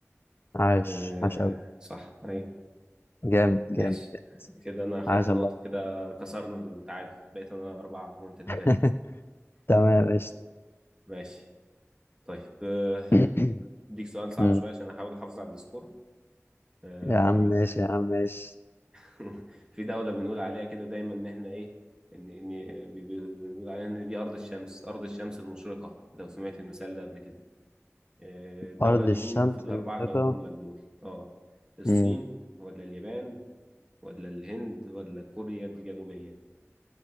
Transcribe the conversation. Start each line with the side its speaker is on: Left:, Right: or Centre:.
Left: عاش
Right: آه
Left: عاش قوي
Right: صح أيوة
Left: جامد جامد
Right: ماشي
Left: جامد.
Right: كده أنا أخدت
Left: عاش
Right: نقطة
Left: الله
Right: كده كسرنا التعادل بقيت أنا أربعة وأنت تلاتة
Left: <laughs> تمام
Right: مم.
Left: ماشي
Right: ماشي طيب آه،
Left: <clears throat>
Right: أديك سؤال صعب
Left: مم.
Right: شوية عشان أحاول أحافظ على السكور آه
Left: يا عم ماشي يا عم ماشي
Right: <laughs> في دولة بنقول عليها كده دايما إن إحنا إيه إن إن بي- بي- بنقول عليها إن دي أرض الشمس أرض الشمس المشرقة لو سمعت المثال ده قبل كده آه، الدولة
Left: ارض
Right: دي
Left: الشمس
Right: مين في الأربعة
Left: المشرقه
Right: اللي هقولهم لك دول أه الصين
Left: مم.
Right: ولا اليابان ولا الهند ولا كوريا الجنوبية